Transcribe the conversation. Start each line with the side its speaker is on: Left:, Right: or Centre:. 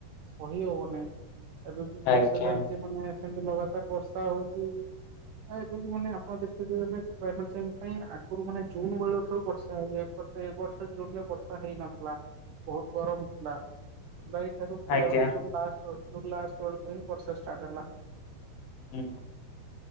Right: ସହି ହ ନାଇଁ ଏବେ ବି ବର୍ଷା
Left: ଆଜ୍ଞା
Right: ଚାଲିଛି ମାନେ ସେମିତି ଲଗାତାର ବର୍ଷା ହଉଛି। ଏବେିବି ମାନେ ଆପଣ ଦେଖିେଵ କ୍ଲାଇମେଟ ଚେଞ୍ଜ ପାଇଁ ଆଗରୁ ମାନେ ଜୁନ ବେଳ ଠାରୁ ବର୍ଷା ହେଇଯାଇଥିବ। ଏ ବର୍ଷ ଜୁନ ରେ ବର୍ଷା ହେଇନଥିଲା ବହୁତ ଗରମ ଥିଲା। ଜୁଲାଈ ଠାରୁ କହିବାକୁ
Left: ଆଜ୍ଞା
Right: ଗଲେ ଜୁ୍ନ ଲାଷ୍ଟ ବେଳକୁ ଜୁ୍ନ ଲାଷ୍ଟ ବେଳକୁ ହିଁ ବର୍ଷା ଷ୍ଟାର୍ଟ ହେଲା।
Left: ହୁଁ